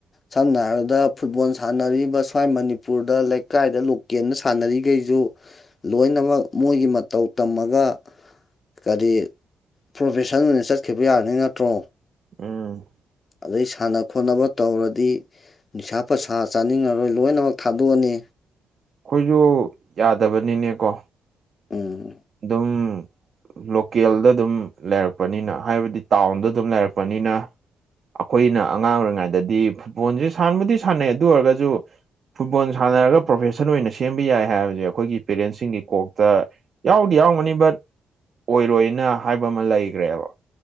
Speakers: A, on the left; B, on the right.
A: ꯁꯝꯅ ꯍꯥꯏꯔꯕꯗ ꯐꯨꯠꯕꯣꯜ ꯁꯥꯟꯅꯔꯤꯕ ꯁ꯭ꯋꯥꯏ ꯃꯅꯤꯄꯨꯔꯗ ꯂꯩꯀꯥꯏꯗ ꯂꯨꯞ ꯀꯦꯝꯅ ꯁꯥꯟꯅꯔꯤꯈꯩꯁꯨ ꯂꯣꯏꯅꯃꯛ ꯃꯣꯏꯒꯤ ꯃꯇꯧ ꯇꯝꯃꯒ ꯀꯔꯤ ꯄ꯭ꯔꯣꯐꯦꯁꯟ ꯑꯣꯏꯅ ꯆꯠꯈꯤꯕ ꯌꯥꯅꯤ ꯅꯠꯇ꯭ꯔꯣ
B: ꯎꯝ
A: ꯑꯗꯩ ꯁꯥꯟꯅ ꯈꯣꯠꯅꯕ ꯇꯧꯔꯗꯤ ꯅꯤꯁꯥ ꯄꯨꯁꯥ ꯆꯥꯅꯤꯡꯉꯔꯣꯏ ꯂꯣꯏꯅꯃꯛ ꯊꯥꯗꯣꯛꯑꯅꯤ
B: ꯑꯩꯈꯣꯏꯁꯨ ꯌꯥꯗꯕꯅꯤꯅꯦꯀꯣ
A: ꯎꯝ
B: ꯑꯗꯨꯝ ꯂꯣꯀꯦꯜꯗ ꯑꯗꯨꯝ ꯂꯩꯔꯛꯄꯅꯤꯅ ꯍꯥꯏꯕꯗꯤ ꯇꯥꯎꯟꯗ ꯑꯗꯨꯝ ꯂꯩꯔꯛꯄꯅꯤꯅ ꯑꯩꯈꯣꯏꯅ ꯑꯉꯥꯡ ꯑꯣꯏꯔꯤꯉꯩꯗꯗꯤ ꯐꯨꯠꯕꯣꯜꯁꯤ ꯁꯥꯟꯕꯨꯗꯤ ꯁꯥꯟꯅꯩ ꯑꯗꯨ ꯑꯣꯏꯔꯒꯁꯨ ꯐꯨꯠꯕꯣꯜ ꯁꯥꯟꯅꯔꯒ ꯄ꯭ꯔꯣꯐꯦꯁꯟ ꯑꯣꯏꯅ ꯁꯦꯝꯕ ꯌꯥꯏ ꯍꯥꯏꯕꯁꯦ ꯑꯩꯈꯣꯏꯒꯤ ꯄꯦꯔꯦꯟꯁꯁꯤꯡꯒꯤ ꯀꯣꯛꯇ ꯌꯥꯎꯗꯤ ꯌꯥꯎꯔꯝꯒꯅꯤ ꯕꯠ ꯑꯣꯏꯔꯣꯏꯅ ꯍꯥꯏꯕ ꯑꯃ ꯂꯩꯒ꯭ꯔꯦꯕ